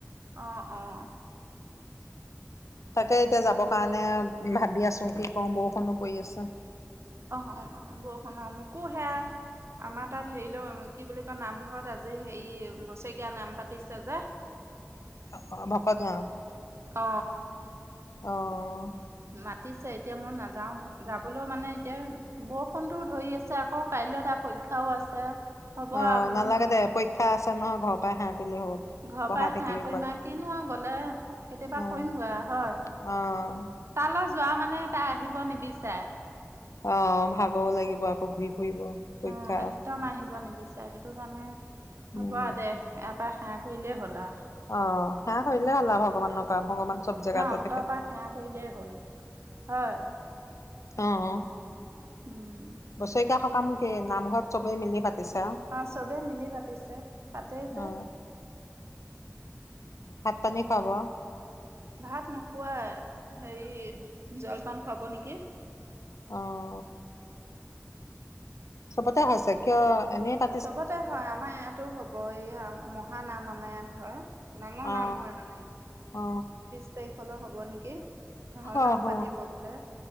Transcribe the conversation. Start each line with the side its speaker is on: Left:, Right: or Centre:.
Right: অ, অ,
Left: তাকে এতিয়া যাবৰ কাৰণে ভাবি আছোঁ, কি কওঁ বৰষুণো পৰি আছে।
Right: অ, অ, বৰষুণ অ, মোকো হেয়া আমাৰ তাত হেৰি লও, কি বুলি কয় নামঘৰত আজি হেৰি বছেৰেকীয়া নাম পাতিছে যে। <inaudible>
Left: অ, অ, ভকত গাঁও।
Right: অ,
Left: অ',
Right: মাতিছে, এতিয়া মই নাযাও যাবলৈও মানে এতিয়া বৰষুণতটোও ধৰি আছে, আকৌ কাইলৈ তা পৰীক্ষাও আছে। হ'ব
Left: অ,
Right: আৰু বোলো
Left: নালাগে দে পৰীক্ষা আছে নহয় ঘৰৰ পৰাই সেৱা কৰিলে হ'ব।
Right: ঘৰৰ
Left: পঢ়াই
Right: পৰা সেৱা
Left: থাকিবি
Right: কৰিম
Left: পোৱালি
Right: আৰু কিনো আৰু গ'লে কেতিয়াবা
Left: অ',
Right: কৰিম গৈ আৰু হয়।
Left: অ',
Right: তালৈ যোৱা মানে তাই আহিব নিবিচাৰে।
Left: অ, ভাগও লাগিব আকৌ ঘূৰি ফুৰিব পৰীক্ষা
Right: অ একদম আহিব নিবিচাৰে, সেইটো কাৰণে
Left: উম।
Right: হ'ব দে ইয়াৰ পৰা সেৱা কৰিলেই হ'ল আৰু।
Left: অ, সেৱা কৰিলে হ'ল আৰু ভগৱানক আৰু ভগৱান চব জেগাতে
Right: অন্তৰৰ
Left: থাকে
Right: পৰা সেৱা কৰিলে হ'ল। হয়?
Left: উম, উম,
Right: উম
Left: বছৰেকীয়া সকাম কে নামঘৰত চবেই মিলি পাতিছে আৰু?
Right: অ, চবেই মিলি পাতিছে পাতেই যে।
Left: অ ভাত পানী খুৱাব?
Right: ভাত নোখুৱাই, হেৰি জলপান খুৱাব নেকি।
Left: অ, সবতে হৈছে। কিয় এনে তাত
Right: চবতে হয়। আমাৰ ইয়াতো হ'ব এয়া মহানাম আমাৰ ইয়াত হয়। ডাঙৰ
Left: অ
Right: নাম হয় মানে?
Left: অ,
Right: <unintelligible> তাৰিখলৈ হ'ব নেকি? ভাওনাও
Left: হ, হ,
Right: পাতিব বোলে